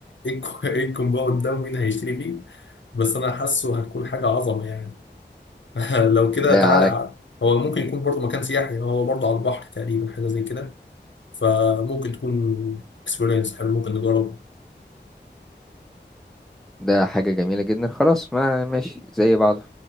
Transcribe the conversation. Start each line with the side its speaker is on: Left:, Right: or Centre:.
Left: إيه الكو- <laughs> إيه الكومباوند ده ومين هيشتري فيه بس أنا حاسه هتكون حاجة عظمة يعني <laughs> لو كده
Centre: ده
Left: تعالى
Centre: على
Left: أعلى. هو ممكن يكون برضه مكان سياحي يعني هو برضه على البحر تقريبا حاجة زي كده فممكن تكون اكسبيرينس حلو ممكن نجرب
Centre: ده حاجة جميلة جدا خلاص ما ماشي زي بعضه